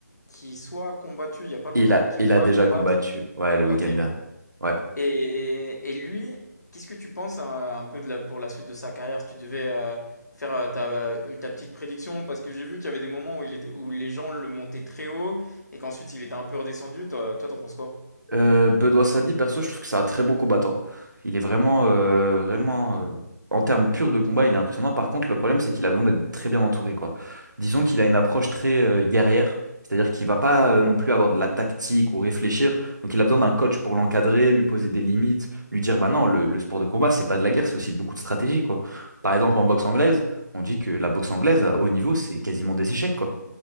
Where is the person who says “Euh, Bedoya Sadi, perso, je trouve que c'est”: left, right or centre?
Right